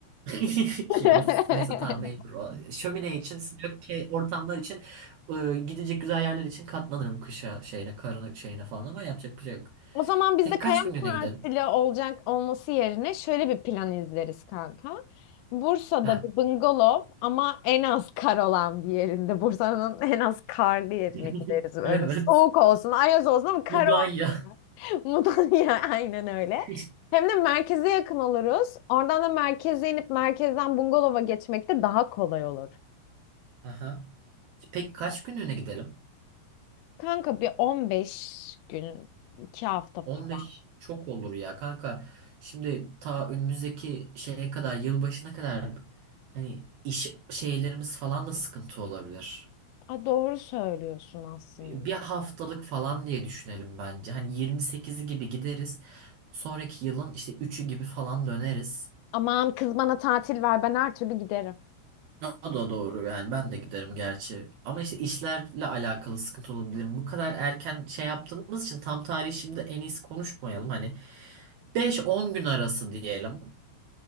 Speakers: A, on the right; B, on the left.
A: <laughs>
B: <laughs>
A: ya f- neyse tamam mecbur. O- Şömine için, sıcak şey- ortamlar için, e, gidecek güzel yerler için katlanırım kışa şeyine, karına şeyine falan ama yapacak bir şey yok.
B: O zaman bizde
A: Tek
B: karar
A: kaç günlüğüne
B: partili
A: gidelim?
B: olacak olması yerine şöyle bir plan izleriz kanka. Bursa'da
A: Ha.
B: bir bungalov ama en az kar olan bir yerinde. Bursa'nın en az karlı yerine
A: <laughs>
B: gideriz. Öyle
A: Evet.
B: soğuk olsun, ayaz olsun ama kar
A: Bu daha
B: olmadan
A: iyi ya.
B: <laughs> Mudanya, aynen öyle.
A: <laughs>
B: Hem de merkeze yakın oluruz. Oradan da merkeze inip merkezden bungalova geçmek de daha kolay olur.
A: Aha. Peki kaç günlüğüne gidelim?
B: Kanka bir 15 gün, 2 hafta falan.
A: On beş çok olur ya kanka. Şimdi ta önümüzdeki şeye kadar yılbaşına kadar hani iş şeylerimiz falan da sıkıntı olabilir.
B: Aa, doğru söylüyorsun aslında.
A: Bir haftalık falan diye düşünelim bence. Hani 28'i gibi gideriz. Sonraki yılın işte üçü gibi falan döneriz.
B: Aman kız bana tatil ver ben her türlü giderim.
A: O da doğru yani ben de giderim gerçi. Ama işte işlerle alakalı sıkıntı olabilir. Bu kadar erken şey yaptığımız için tam tarihi şimdi en iyisi konuşmayalım. Hani beş on gün arası diyelim.